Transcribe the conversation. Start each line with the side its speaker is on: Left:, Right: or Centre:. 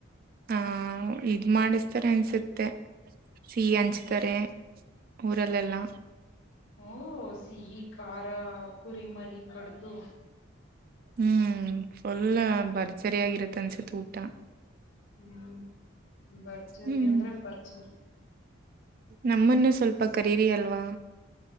Right: ಹಾ ಇದ್ ಮಾಡಿಸತಾರೆ ಅನ್ಸುತ್ತೆ. ಸಿಹಿ ಹಂಚ್ತಾರೆ ಊರಲ್ ಎಲ್ಲಾ.
Left: ಓ ಸಿಹಿ ಖಾರ ಕುರಿ ಮರಿ ಕಡ್ದು.
Right: ಹ್ಮ್ ಫುಲ್ ಭರ್ಜರಿ ಆಾಗಿರತ್ತ ಅನ್ಸತ್ ಊಟ.
Left: ಹ್ಮ್ ಭರ್ಜರಿ
Right: ಹ್ಮ್
Left: ಅಂದ್ರೆ ಭರ್ಜರಿ.
Right: ನಮ್ಮನ್ನು ಸ್ವಲ್ಪ ಕರೀರಿ ಅಲ್ವಾ.